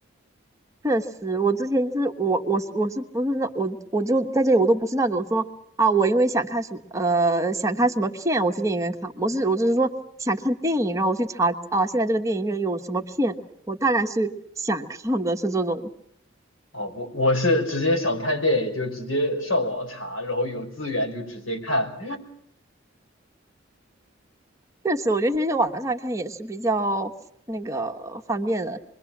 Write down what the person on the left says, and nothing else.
哦，我我是直接想看电影就直接上网查，然后有资源就直接看。